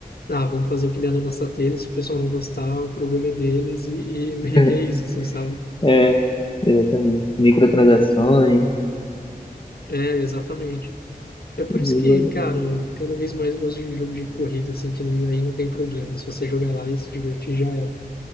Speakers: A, on the left (about 85°); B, on the left (about 35°).
A: ah, vamos fazer o que der na nossa telha, se o pessoal não gostar, o problema é deles, e, e meio
B: <laughs>
A: que é isso, assim, sabe?
B: É, exatamente. Microtransações.
A: É, exatamente. É por
B: esse
A: isso
B: jogo-
A: que, cara, cada vez mais eu gosto de jogo de corrida, assim, que aí não tem problema, se você jogar lá e se divertir, já era.